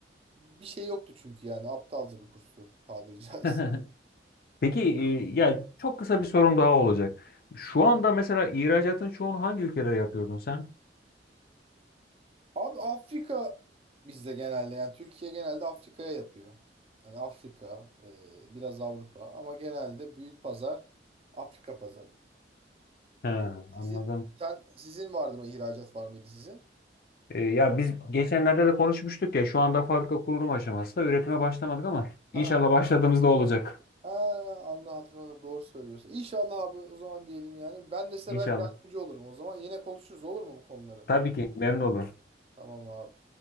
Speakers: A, on the right (about 30°); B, on the left (about 55°).
A: Bir şey yoktu çünkü yani aptalca bir kurstu tabiri <laughs> caizse.
B: <laughs> Peki e, ya çok kısa bir sorum daha olacak. Şu anda mesela ihracatın çoğunu hangi ülkelere yapıyordun sen?
A: Abi Afrika bizde genelde yani Türkiye genelde Afrika'ya yapıyor. Yani Afrika, e, biraz Avrupa ama genelde büyük pazar Afrika pazarı.
B: Ha,
A: Sizin
B: anladım.
A: sen sizin vardı mı ihracat var mıydı sizin?
B: E, ya biz geçenlerde de konuşmuştuk ya şu anda fabrika kurulum aşamasında üretime başlamadık ama
A: Ha
B: inşallah başladığımızda olacak.
A: Aa, Allah hatırladım. Doğru söylüyorsun. İnşallah abi o zaman diyelim yani. Ben de size
B: İnşallah.
A: belki yardımcı olurum. O zaman yine konuşuruz olur mu bu konuları?
B: Tabii ki memnun olurum.
A: Tamam abi.